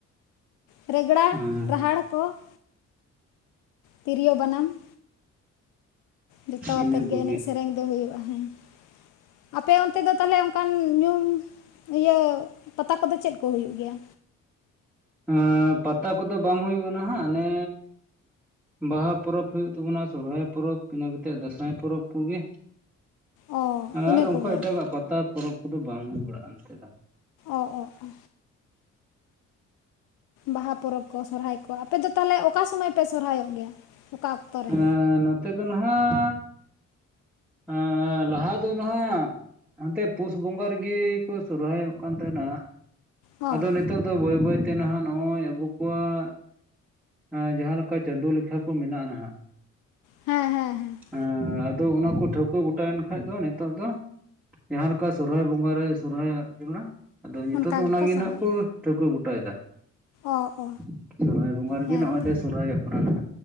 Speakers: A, on the left; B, in the centre.
A: ᱨᱮᱜᱽᱲᱟ ᱾
B: ᱮᱸ
A: ᱫᱟᱦᱟᱲ ᱠᱚ ᱾ ᱛᱤᱨᱭᱳ ᱵᱟᱱᱟᱢ ᱾ ᱡᱚᱛᱚᱣᱟᱛᱮᱫ
B: ᱤᱱᱟᱹ ᱠᱚᱜᱮ
A: ᱜᱮ ᱮᱱᱮᱡ ᱥᱮᱹᱨᱮᱹᱧ ᱫᱚ ᱦᱳᱭᱳᱜᱼᱟ, ᱦᱮᱸ ᱾ ᱟᱯᱮ ᱚᱱᱛᱮ ᱫᱚ ᱛᱟᱦᱞᱮ ᱚᱱᱠᱟᱱ ᱧᱩᱢ ᱾ ᱤᱭᱟᱹ ᱯᱟᱛᱟ ᱠᱚᱫᱚ ᱪᱮᱫ ᱠᱚ ᱦᱩᱭᱩᱜ ᱜᱮᱭᱟ?
B: ᱟᱸᱯᱟᱛᱟ ᱠᱚᱫᱚ ᱵᱟᱝ ᱦᱳᱭᱳᱜᱼᱟ ᱱᱟᱦᱟᱜ ᱱᱮ ᱵᱟᱦᱟ ᱯᱚᱨᱚᱵᱽ ᱦᱩᱭᱩᱜ ᱛᱟᱵᱚᱱᱟ ᱥᱚᱨᱦᱟᱭ ᱯᱚᱨᱚᱵᱽ ᱤᱱᱟᱹ ᱠᱟᱛᱮᱜ ᱫᱟᱸᱥᱟᱭ ᱯᱚᱨᱚᱵᱽ ᱠᱚᱜᱮ ᱾
A: ᱚ ᱤᱱᱟᱹ
B: ᱟᱨ ᱚᱱᱠᱟ
A: ᱠᱚᱜᱮ
B: ᱮᱴᱟᱜᱟᱜ ᱯᱟᱛᱟ ᱯᱚᱨᱚᱵᱽ ᱠᱚᱫᱚ ᱵᱟᱝ ᱦᱳᱭ ᱵᱟᱲᱟᱜᱼᱟ ᱱᱚᱛᱮ ᱫᱚ ᱾
A: ᱚ -ᱚ -ᱚ ᱾ ᱵᱟᱦᱟ ᱯᱚᱨᱚᱵᱽ ᱠᱚ ᱥᱚᱨᱦᱟᱭ ᱠᱚ ᱟᱯᱮ ᱫᱚ ᱛᱟᱞᱦᱮ ᱚᱠᱟ ᱥᱚᱢᱚᱭ ᱯᱮ ᱥᱚᱨᱦᱟᱭᱚᱜ ᱜᱮᱭᱟ, ᱚᱠᱟ? ᱚᱠᱛᱚ ᱨᱮ
B: ᱮᱸ ᱱᱚᱛᱮ ᱫᱚ ᱱᱟᱦᱟᱜ ᱟᱸ ᱞᱟᱦᱟ ᱫᱚ ᱱᱟᱦᱟᱸᱭᱟ ᱾ ᱦᱟᱱᱛᱮ ᱯᱩᱥ ᱵᱚᱸᱜᱟ ᱨᱮᱜᱮ ᱠᱚ ᱥᱚᱨᱦᱟᱭᱚᱜ ᱠᱟᱱ ᱛᱟᱦᱮᱱᱟ
A: ᱚ
B: ᱟᱫᱚ ᱱᱤᱛ ᱱᱤᱛᱚᱜ ᱫᱚ ᱵᱟᱹᱭ ᱵᱟᱹᱭᱛᱮ ᱱᱟᱦᱟᱜ ᱱᱚᱜᱼᱚᱭ ᱟᱵᱚ ᱠᱚᱣᱟᱜ ᱮᱸ ᱡᱟᱦᱟᱸᱮᱠᱟ ᱪᱟᱸᱫᱳ ᱞᱮᱠᱷᱟ ᱠᱚ ᱢᱮᱱᱟᱜᱼᱟ ᱱᱟᱦᱟᱜ
A: ᱦᱮᱸ -ᱦᱮᱸ -ᱦᱮᱸ ᱾
B: ᱮᱸ ᱟᱫᱚ ᱚᱱᱟᱠᱚ ᱴᱷᱟᱹᱣᱠᱟᱹ ᱜᱚᱴᱟᱭᱮᱱ ᱠᱷᱟᱱ ᱫᱚ ᱱᱤᱛᱚᱜ ᱫᱚ ᱾ ᱡᱟᱦᱟᱸ ᱞᱮᱠᱟ ᱥᱚᱨᱦᱟᱭ ᱵᱚᱸᱜᱟ ᱨᱮ ᱥᱚᱨᱦᱟᱭ ᱟᱫ ᱞᱮᱱᱟ <unintelligible> ᱟᱫᱚ ᱱᱤᱛᱚᱜ
A: ᱚᱱᱠᱟ
B: ᱫᱚ
A: ᱜᱮᱠᱚ
B: ᱚᱱᱟᱜᱮ
A: ᱥᱚᱨᱦᱟᱭᱚᱜ
B: ᱱᱟᱦᱟᱜ ᱠᱚ ᱴᱷᱟᱹᱣᱠᱟᱹ ᱜᱚᱴᱟᱭᱮᱫᱟ
A: ᱚ
B: ᱾
A: ᱚ
B: ᱥᱚᱨᱦᱟᱭ ᱵᱚᱸᱜᱟ ᱨᱮᱜᱮ
A: ᱦᱮᱸᱛᱚ
B: ᱱᱚᱜᱼᱚᱭ ᱞᱮ ᱥᱚᱨᱦᱟᱭᱚᱜ ᱠᱟᱱᱟ ᱱᱟᱜ ᱾